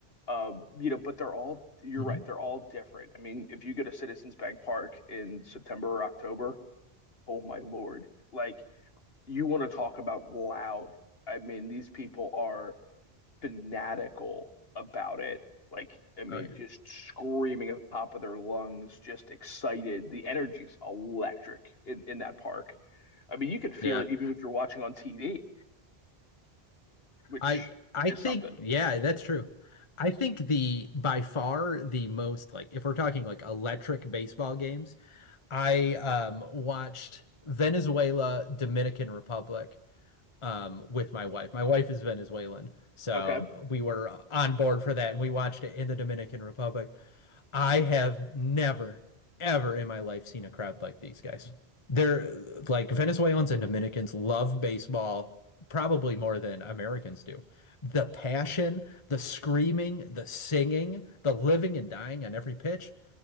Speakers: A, on the left; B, on the left.
A: Um. You know, but they're all. You're
B: hmm
A: right. They're all different. I mean, if you go to Citizens Bank Park in September or October, oh my Lord. Like you want to talk about loud. I mean, these people are fanatical about it. Like, I mean,
B: Oh yeah.
A: just screaming at the top of their lungs, just excited. The energy's electric in, in that park. I mean, you can feel
B: Yeah.
A: it even if you're watching on TV, which
B: I I
A: is
B: think
A: something.
B: yeah, that's true. I think the by far the most like if we're talking like electric baseball games, I um watched Venezuela Dominican Republic um with my wife. My wife is Venezuelan, so
A: Okay.
B: we were on board for that and we watched it in the Dominican Republic I have never, ever in my life seen a crowd like these guys. They're like Venezuelans and Dominicans love baseball probably more than Americans do. The passion, the screaming, the singing, the living and dying on every pitch.